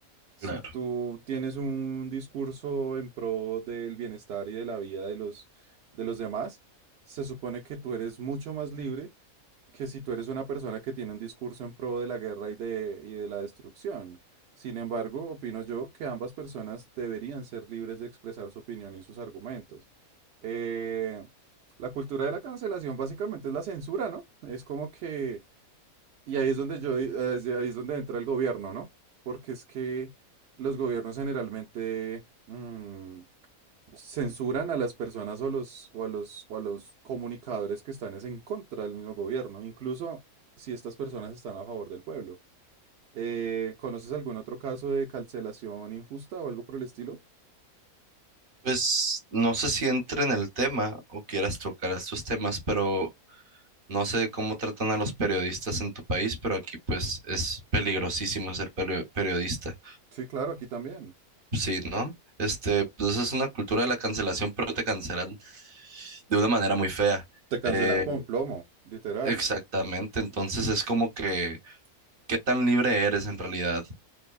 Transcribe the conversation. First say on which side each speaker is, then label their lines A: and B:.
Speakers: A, on the right; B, on the right.
A: Si
B: Claro.
A: tú tienes un discurso en pro del bienestar y de la vida de los, de los demás, se supone que tú eres mucho más libre que si tú eres una persona que tiene un discurso en pro de la guerra y de, y de la destrucción. Sin embargo, opino yo que ambas personas deberían ser libres de expresar su opinión y sus argumentos. Eh, la cultura de la cancelación básicamente es la censura, ¿no? Es como que y ahí es donde yo, ahí ahí es donde entra el gobierno, ¿no? Porque es que los gobiernos generalmente mm, censuran a las personas o a los, o a los, o a los comunicadores que están es en contra del mismo gobierno, incluso si estas personas están a favor del pueblo. Eh, ¿conoces algún otro caso de cancelación injusta o algo por el estilo?
B: Pues no sé si entra en el tema o quieras tocar estos temas, pero no sé cómo tratan a los periodistas en tu país, pero aquí pues es peligrosísimo ser perio- periodista.
A: Sí, claro, aquí también.
B: Sí, ¿no? Este, pues es una cultura de la cancelación, pero te cancelan de una manera muy fea.
A: Te cancelan
B: Eh,
A: con plomo, literal.
B: Exactamente, entonces es como que, ¿qué tan libre eres en realidad?